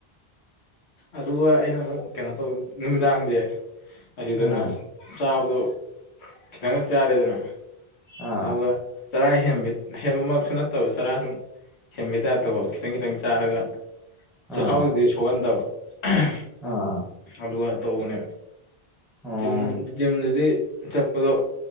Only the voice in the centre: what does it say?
ꯎꯝ
ꯑꯥ
ꯑꯥ
ꯑꯥ
ꯑꯣ